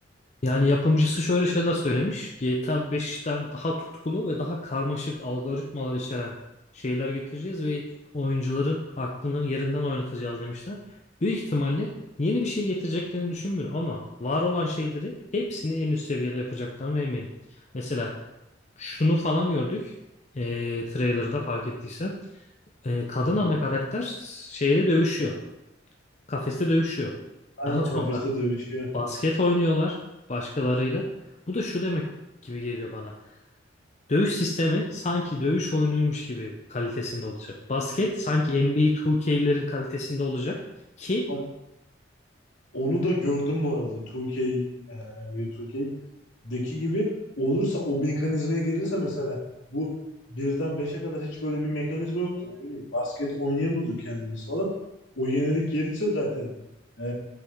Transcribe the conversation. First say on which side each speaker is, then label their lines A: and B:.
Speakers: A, on the left (about 35°); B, on the left (about 80°).
A: yani yapımcısı şöyle şeyler söylemiş. GTA 5'ten daha tutkulu ve daha karmaşık algoritmalar içeren şeyler getireceğiz ve oyuncuların aklını yerinden oynatacağız demişler. Büyük ihtimalle yeni bir şey getireceklerini düşünmüyorum ama var olan şeyleri hepsini en üst seviyede yapacaklarına eminim. Mesela şunu falan gördük. E, trailer'da fark ettiysen. E, kadın
B: Aynen.
A: ana karakter şeyde dövüşüyor. Kafeste dövüşüyor.
B: Aynen
A: Daha sonra
B: kafeste dövüşüyor.
A: basket oynuyorlar başkalarıyla. Bu da şu demek gibi geliyor bana. Dövüş sistemi sanki dövüş oyunuymuş gibi kalitesinde olacak. Basket sanki NBA 2K'lerin kalitesinde olacak ki
B: Bak Onu da gördüm bu arada 2K, e, NBA 2K'deki gibi olursa o mekanizmaya gelirse mesela bu birden beşe kadar hiç böyle bir mekanizma yoktu ne bileyim basket oynayamıyorduk kendimiz falan. O yenilik gelirse zaten e,